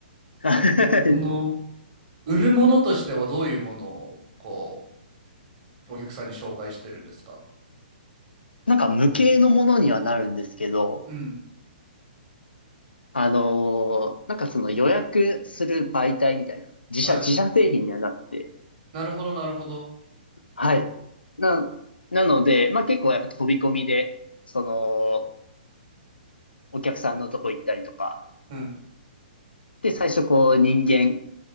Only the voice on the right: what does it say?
この、売るものとしてはどういうものを、こう、お客さんに紹介してるんですか
うん。
はい。
なるほど、なるほど。
うん。